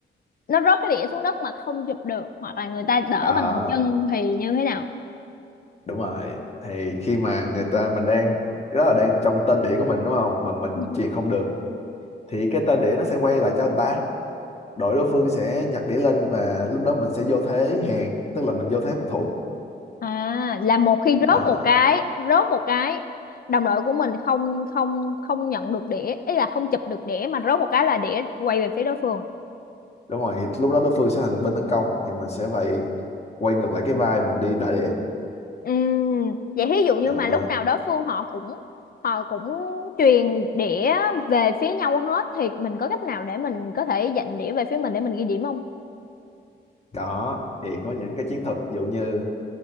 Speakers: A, on the left; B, on the left.
A: nó rớt cái đĩa xuống đất mà không chụp được hoặc là người ta đỡ
B: à,
A: bằng chân thì như thế nào
B: đúng rồi thì khi mà người ta mình đang cái đó là đang trong tên đĩa của mình đúng không mà mình
A: Ừ.
B: truyền không được thì cái tên đĩa nó sẽ quay lại cho người ta đội đối phương sẽ nhặt đĩa lên và lúc đó mình sẽ vô thế hàng tức là mình vô thế phòng thủ
A: à là một khi rớt
B: Đó.
A: một cái rớt một cái đồng đội của mình không không không nhận được đĩa ý là không chụp được đĩa mà rớt một cái là đĩa quay về phía đối phương
B: đúng rồi thì lúc đó đối phương sẽ thành bên tấn công thì mình sẽ phải quay ngược lại cái vai mình đi đả đĩa
A: Ừm, vậy thí dụ như
B: đó
A: mà lúc nào đó Phương họ cũng họ cũng truyền đĩa về phía nhau hết thì mình có cách nào để mình có thể dành đĩa về phía mình để mình ghi điểm không?
B: có thì có những cái chiến thuật ví dụ như